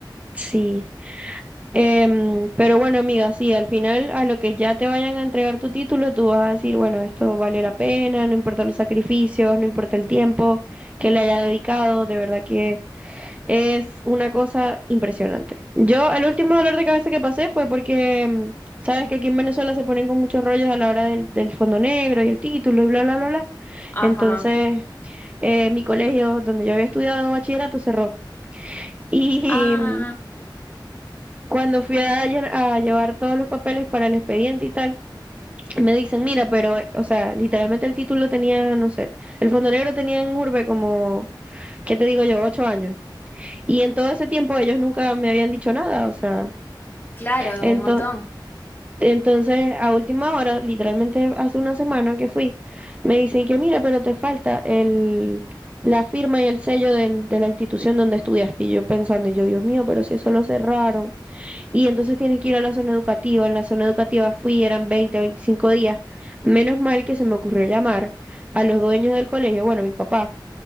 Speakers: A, on the right; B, on the left.
A: sí. Em, pero bueno, amiga, sí, al final a lo que ya te vayan a entregar tu título, tú vas a decir, bueno, esto valió la pena, no importa los sacrificios, no importa el tiempo que le haya dedicado, de verdad que es una cosa impresionante. Yo, el último dolor de cabeza que pasé fue porque, em, sabes que aquí en Venezuela se ponen con muchos rollos a la hora del, del fondo negro y el título y bla, bla, bla, bla.
B: Ajá.
A: Entonces, eh, mi colegio donde yo había estudiado bachillerato cerró. Y
B: Ah,
A: mm, cuando fui a, llen- a llevar todos los papeles para el expediente y tal, me dicen, mira, pero, eh, o sea, literalmente el título tenía, no sé, el Fondo Negro tenía en Urbe como, ¿qué te digo yo?, ocho años. Y en todo ese tiempo ellos nunca me habían dicho nada, o sea,
B: claro,
A: entonces...
B: un montón.
A: Entonces, a última hora, literalmente hace una semana que fui, me dicen que mira, pero te falta el, la firma y el sello del- de la institución donde estudiaste. Y yo pensando, y yo, Dios mío, pero si eso lo cerraron. Y entonces tienen que ir a la zona educativa. En la zona educativa fui, eran 20 25 días. Menos mal que se me ocurrió llamar a los dueños del colegio, bueno, mi papá.